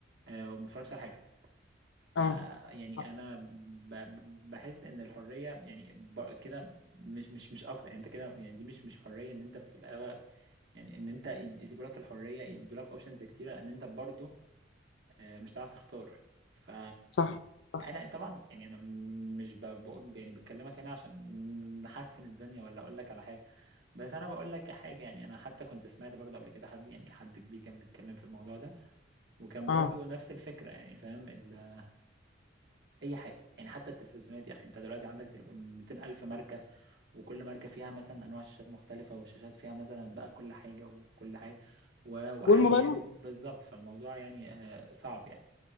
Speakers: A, on the right; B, on the left.
A: آه وما بتفرجش على حاجه ف
B: اه
A: يعني
B: صح
A: انا ب... ب- بحس ان الحريه يعني ب... كده مش مش مش اكتر يعني انت كده يعني دي مش مش حريه ان انت في الاغلب يعني ان انت يد- يسيبوا لك الحريه يدوا لك اوبشنز كتيره ان انت برضو آه مش هتعرف تختار ف
B: صح صح
A: انا طبعا يعني انا مش ب- بقول يعني بكلمك هنا عشان نحسن الدنيا ولا اقول لك على حاجه بس انا بقول لك حاجه يعني انا حتى كنت سمعت برضو قبل كده حد يعني حد كبير كان بيتكلم في الموضوع ده وكان
B: اه
A: برضو نفس الفكره يعني فاهم ال- اي حاجه يعني حتى التلفزيونات يا اخي انت دلوقتي عندك تلف- 200 الف ماركه وكل ماركه فيها مثلا انواع شاشات مختلفه والشاشات فيها مثلا بقى كل حاجه وكل حاجه و- واحجام
B: والموبايلات
A: بالظبط فالموضوع يعني آه، صعب يعني